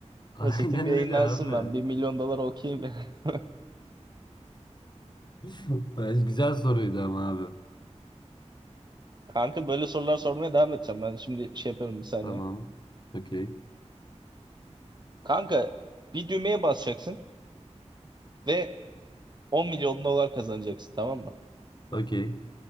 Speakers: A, on the left (about 40°); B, on the right (about 40°).
A: Aynen
B: kasetim yayınlansın
A: öyle abi.
B: ben. Bir milyon dolar okeyim. <laughs>
A: <laughs> Güzel soruydu ama abi.
B: Kanka böyle sorular sormaya devam edeceğim. Ben şimdi şey yapıyorum bir saniye.
A: Tamam. Okey.
B: Kanka bir düğmeye basacaksın ve 10 milyon dolar kazanacaksın tamam mı?
A: Okey.